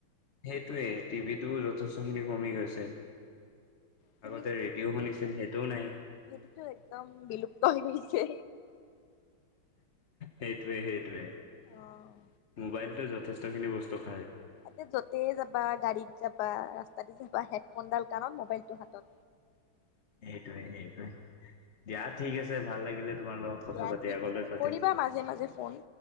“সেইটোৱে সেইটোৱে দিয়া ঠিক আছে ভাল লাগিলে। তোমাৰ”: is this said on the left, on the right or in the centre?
Left